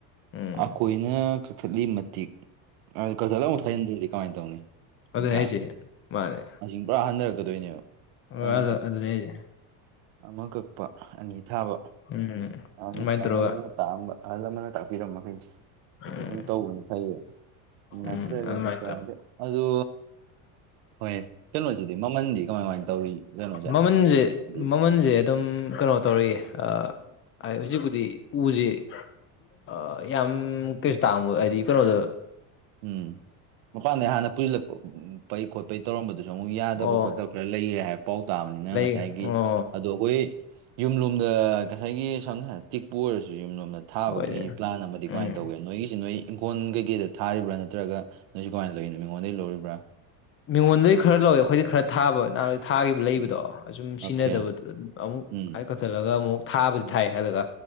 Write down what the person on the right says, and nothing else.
ꯑꯩꯈꯣꯏꯅ ꯀꯛꯊꯠꯂꯤ ꯃꯇꯤꯛ ꯑ ꯀꯗꯨ ꯊꯥꯏꯗ ꯀꯥꯏꯅ ꯇꯧꯅꯤ <inaudible>
ꯅꯠꯇ꯭ꯔꯥ
ꯃꯁꯤꯡ ꯄꯨꯔꯥ ꯍꯟꯊꯔꯛꯀꯗꯣꯏꯅꯦꯕ
ꯑꯗꯨꯅ
ꯑꯃ ꯀꯛꯄ ꯑꯅꯤ ꯊꯥꯕ
ꯑꯍ
ꯑꯍꯜ
ꯂꯃꯟꯅ ꯇꯥꯛꯑꯝꯕ ꯑꯍꯜ ꯂꯃꯟꯅ ꯇꯥꯛꯄꯤꯔꯝꯕꯃ ꯃꯈꯩꯁꯦ ꯑꯗꯨ
ꯁꯨꯝ ꯇꯧꯕꯅ ꯐꯩꯌꯦꯕ ꯅꯠꯇ꯭ꯔꯒꯗꯤ
ꯀ
ꯍꯥꯏꯗ ꯑꯗꯨ ꯍꯣꯏ ꯀꯩꯅꯣꯁꯤꯗꯤ ꯃꯃꯟꯗꯤ ꯀꯃꯥꯏꯃꯥꯏꯅ ꯇꯧꯔꯤ ꯀꯩꯅꯣꯁꯦ
ꯍꯥꯏꯗꯤ
ꯎꯝ ꯃꯄꯥꯟꯗꯩ ꯍꯥꯟꯅ ꯄꯨꯁꯤꯜꯂꯛꯄꯄꯩ ꯈꯣꯠꯄꯩ ꯇꯧꯔꯝꯕꯗꯨꯁꯨ ꯑꯃꯨꯛ ꯌꯥꯗꯕ
ꯈꯣꯠꯇꯕ ꯈꯔ ꯂꯩꯈꯔꯦ ꯍꯥꯏꯕ ꯄꯥꯎ ꯇꯥꯕꯅꯤꯅ
ꯉꯁꯥꯏꯒꯤ
ꯑꯗꯣ ꯑꯩꯈꯣꯏ ꯌꯨꯝꯂꯣꯝꯗ ꯉꯁꯥꯏꯒꯤ ꯁꯝꯅ ꯍꯥꯏꯔꯕ ꯇꯤꯛꯄꯨ ꯑꯣꯏꯔꯁꯨ ꯌꯨꯝꯂꯣꯝꯗ ꯊꯥꯕꯒꯤ
ꯄ꯭ꯂꯥꯟ ꯑꯃꯗꯤ ꯀꯃꯥꯏꯅ
ꯇꯧꯒꯦ ꯅꯣꯏꯒꯤꯁꯤ ꯅꯣꯏ ꯏꯪꯈꯣꯜ ꯀꯩꯀꯩꯗ ꯊꯥꯔꯤꯕ꯭ꯔꯥ ꯅꯠꯇ꯭ꯔꯒ ꯅꯣꯏꯁꯨ ꯀꯃꯥꯏꯅ ꯂꯩꯔꯤꯅꯣ ꯃꯤꯉꯣꯟꯗꯒꯤꯩ ꯂꯧꯔꯤꯕ꯭ꯔꯥ
ꯑꯥ
ꯑꯣꯀꯦ
ꯎꯝ
ꯎꯝ